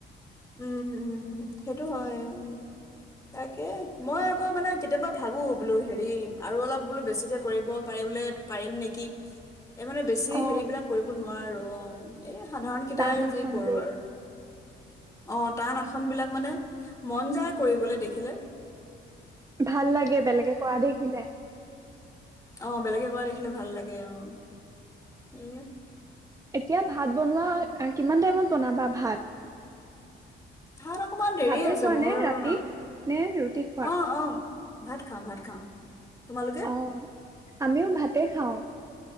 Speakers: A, on the left; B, on the right.
A: উম, উম, উম, সেইটো হয় উম। তাকে মই আকৌ মানে কেতিয়াবা ভাবো বোলো হেৰি, আৰু অলপ বোলো বেছিকে কৰিব পাৰি বোলে পাৰিম নেকি। এই মানে বেছি
B: অ
A: হেৰিবিলাক কৰিব নোৱাৰো অহ। এয়া সাধাৰণ কেইটাই
B: টান আসনবোৰ
A: যি কৰোঁ আৰু। অহ, টান আসনবিলাক মানে মন যায় কৰিবলৈ দেখিলে।
B: ভাল লাগে বেলেগে কৰা দেখিলে।
A: অহ, বেলেগে কৰা দেখিলে ভাল লাগে অহ, সেয়ে।
B: এতিয়া ভাত বনোৱা অ কিমান টাইমত বনাবা ভাত?
A: ভাত অকনমান দেৰি
B: ভাতে
A: আছে
B: খোৱা
A: মোৰ
B: নে ৰাতি
A: অ,
B: নে ৰুটি খোৱা?
A: অ', অ'। ভাত খাওঁ ভাত খাওঁ। তোমালোকে?
B: অ', আমিও ভাতে খাওঁ।